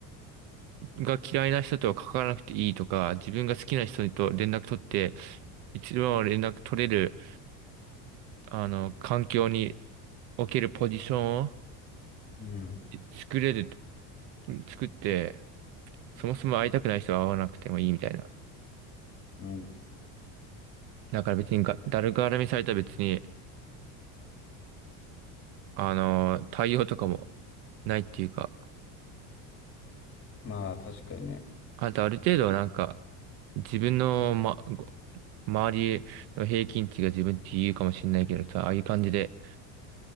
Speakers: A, on the right (about 65°); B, on the left (about 30°).
A: が嫌いな人とは関わらなくていいとか、自分が好きな人と連絡取って、一番連絡取れる、あの、環境におけるポジションを
B: うん。
A: 作れる、作って、そもそも会いたくない人は会わなくてもいいみたいな。
B: うん。
A: だから別にが、誰絡みされたら別にあのー、対応とかもないっていうか、
B: まあ、確かにね。
A: あとある程度なんか、
B: と
A: 自分の、ま、ご周りの平均値が自分って言うかもしれないけどさ、ああいう感じで、